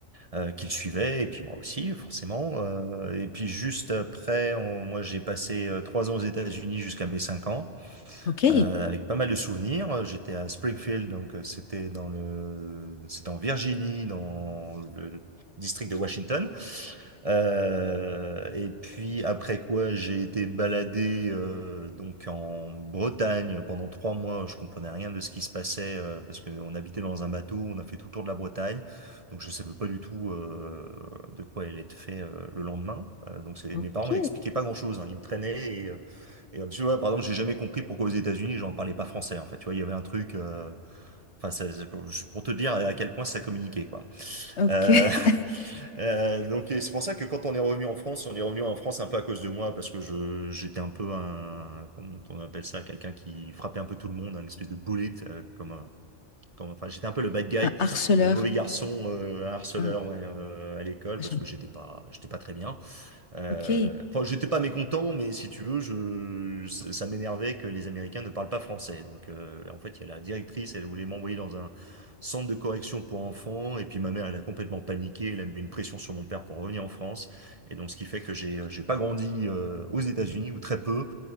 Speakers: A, on the right; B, on the left.
A: euh, qu'il suivait. Et puis moi aussi, forcément. Euh, et puis juste après, on- moi j'ai passé euh, trois ans aux États-Unis jusqu'à mes cinq ans
B: Ok,
A: euh, avec pas mal de souvenirs. J'étais à Springfield, donc euh, c'était dans le, c'était en Virginie, dans le district de Washington. Euh, et puis après quoi, j'ai été baladé euh, donc en Bretagne pendant trois mois. Je comprenais rien de ce qui se passait euh, parce qu'on habitait dans un bateau. On a fait tout le tour de la Bretagne, donc je savais pas du tout euh, de quoi elle était fait euh, le lendemain. Euh, donc c'est-
B: ok,
A: mes parents m'expliquaient pas grand-chose. hein. Ils me traînaient et euh, et euh, tu vois, par exemple, j'ai jamais compris pourquoi aux États-Unis, j'en parlais pas français, en fait. Tu vois, il y avait un truc, euh, enfin, ça- c'est pour je- pour te dire à quel point ça communiquait, quoi.
B: ok.
A: Euh,
B: <laughs>
A: <laughs> euh, donc, et c'est pour ça que quand on est revenu en France, on est revenu en France un peu à cause de moi, parce que je, j'étais un peu un, comment on appelle ça, quelqu'un qui frappait un peu tout le monde, un espèce de bullet, euh, comme, un- comme, enfin, j'étais un peu le bad guy,
B: Un harceleur.
A: le mauvais garçon, euh, un harceleur,
B: Un...
A: ouais, euh, à l'école,
B: ah,
A: parce
B: j'aime-
A: que j'étais pas, j'étais pas très bien. Euh,
B: Ok,
A: Enfin, j'étais pas mécontent, mais si tu veux, je, ça ça m'énervait que les Américains ne parlent pas français. Donc, euh, en fait, il y a la directrice, elle voulait m'envoyer dans un centre de correction pour enfants, et puis ma mère, elle a complètement paniqué, elle a mis une pression sur mon père pour revenir en France, et donc ce qui fait que j'ai, euh, j'ai pas grandi euh, aux États-Unis ou très peu,